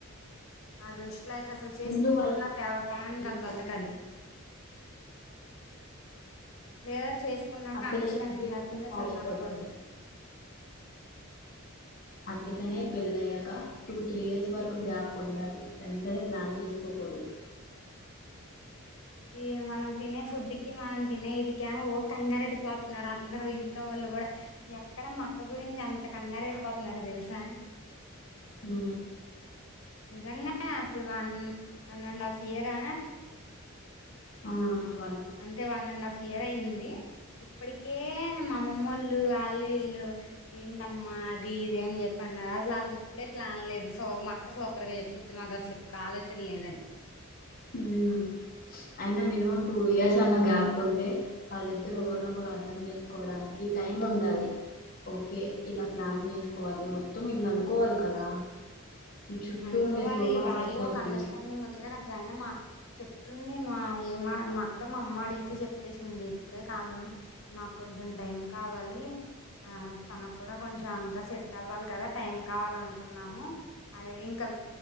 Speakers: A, on the left; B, on the left.
A: నా దృష్టిలోయితే అసలు చేసుకోకుండా
B: ముందు వాళ్ళకి
A: ప్ ప్రణనికి
B: చేసుకో.
A: కల్ బతకాలి లేదా చేస్ కున్నాక
B: ఆ పిల్లల
A: అండర్స్టాండింగ్
B: ఎడ్యుకేషన్
A: లేకపోతే
B: పాడైపోద్ది
A: అసలు కనకూడదు
B: అందుకనే పెళ్ళి అయ్యాక టూ త్రీ ఇయర్స్ వరకు గ్యాప్ ఉండాలి వెంటనే ప్లాన్ చేసుకోకడదు
A: ఇగ మనం తినే ఫుడ్కి మనం తినే ఇదిక ఓ కంగరెడి పోతున్నారు అందరు ఇంట్లో వాళ్ళు కూడా ఎక్కడ మ అక్క గురించి అంత కంగారేడిపోతున్నారో తెలుసా
B: మ్
A: నిజంగా అప్పుడు వన్ వన్ అండ్ హాఫ్ ఇయరా
B: ఆ
A: అంతే వన్ అండ్ హాఫ్ ఇయర్ అయింది ఇప్పటి కే మామమ్మ వాళ్ళు వాళ్ళ ఇల్లు ఏంటమ్మా అది ఇదని చెప్పి అన్నారు అసలు వాళ్ళకి ఇప్పుడే ప్లాన్ లేదు సో మక్క సూపర్గా చెప్పొద్ది మాకు అసలు ఇప్పుడు ఆలోచన లేదని
B: మ్ అయినా మినిమం టూ ఇయర్స్ అన్న గ్యాప్ ఉంటే వాళ్ళిద్దరు ఒకరిని ఒకరు అర్ధం చేసుకోవడాని కి టైమ్ ఉండాలి ఓకే ఇలా ప్లాన్ చేసుకోవాలి మొత్తం ఇల అనుకోవాలి కదా ఈ చుట్టూ
A: అనుకోవాలి
B: ఉండే సోకాల్
A: వాళ్ళు
B: సొసైటీ
A: ఒక అండస్టాండింగ్ వచ్చేదా అసలు అయినా మా చెప్తుంది మా ఏ మా మా అక్క మా అమ్మ అడిగితే చెప్పేసింది ఇప్పుడే కాదమ్మా మాకు కొంచెం టైం కావాలి ఆ తనకు కూడా కొంచెం అంత సెట్ అవ్వాలి కదా టైం కావాలనుకున్నాము అది ఇంకా